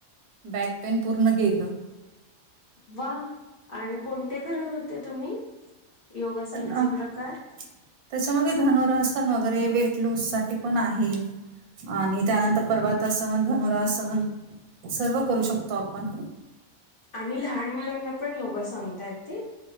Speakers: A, on the right; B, on the left.
A: बॅक पेन पूर्ण गेलं.
B: वा आणि कोणते करत होते तुम्ही? योगासनाचे
A: अला
B: प्रकार
A: त्याच्यामध्ये धनुरास्थण वगैरे वेट लूज साठी पण आहे. आणि त्यानंतर पर्वतासन, धनुरासन सर्व करू शकतो आपण.
B: आणि लहान मुलांना पण योगा सांगताय ते?